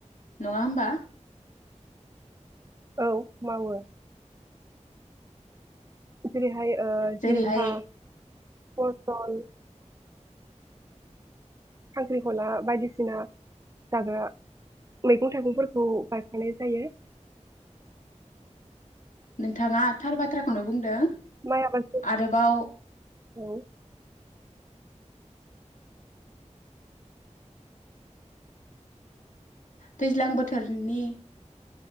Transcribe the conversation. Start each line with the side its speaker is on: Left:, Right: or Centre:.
Left: नङा होमबा?
Right: औ मावो। जेरैहाय ओ
Left: जेरैहाय
Right: जिंखा पर तल खांख्रिखला बायदिसिना जाग्रा मैगं थाइगंफोरखौ गायफानाय जायो।
Left: नोंथाङा थार बाथ्राखौनो बुंदों।
Right: माया बा <inaudible>
Left: आरोबाव
Right: औ
Left: दैज्लां बोथोरनि